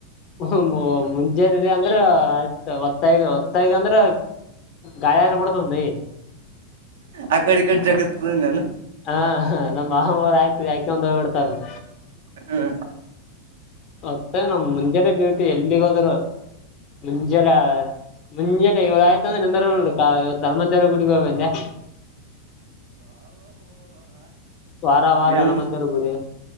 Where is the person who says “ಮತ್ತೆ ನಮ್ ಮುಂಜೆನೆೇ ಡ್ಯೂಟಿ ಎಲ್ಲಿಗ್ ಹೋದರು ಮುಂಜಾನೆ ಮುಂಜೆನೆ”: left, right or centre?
Left